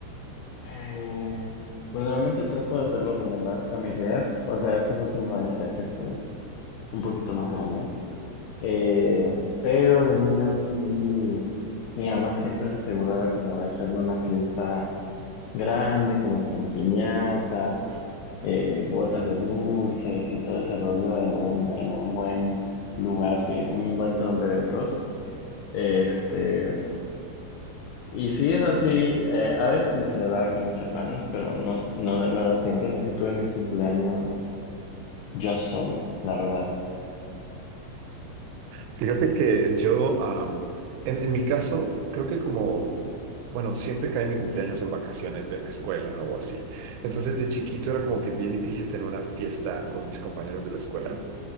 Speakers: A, on the left (about 85°); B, on the right (about 80°).
A: Eh, pues normalmente trato de hacerlo como más familiar, o sea, estos últimos años ya que estoy un poquito más grande, eh, pero de niño sí, mi mamá siempre se aseguraba como de hacerle una fiesta grande, como con piñata, eh, bolsas de dulces y todo ese rollo en un, en un buen lugar, de, un buen salón de eventos. Este, y sí, es así, eh, a veces que me celebraba con mis hermanos, pero no, no, no era siempre, así tuve mis cumpleaños yo solo, la verdad.
B: Fíjate que yo, am, en, en mi caso, creo que como, bueno, siempre cae mi cumpleaños en vacaciones de la escuela o así. Entonces, de chiquito era como que bien difícil tener una fiesta con mis compañeros de la escuela.